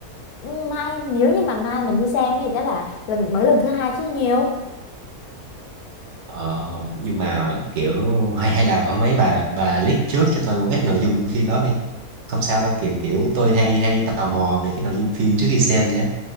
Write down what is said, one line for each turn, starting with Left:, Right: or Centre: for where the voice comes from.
Left: Ừ, Mai nếu như mà mai mình đi xem thì chắc là lần mới lần thứ hai chứ nhiều.
Right: Ờ, nhưng mà kiểu hay hay là hôm ấy bà bà leak trước cho tôi một ít nội dung của phim đó đi. Không sao đâu, kiểu kiểu tôi hay hay tò mò về cái nội dung phim trước khi xem nhé.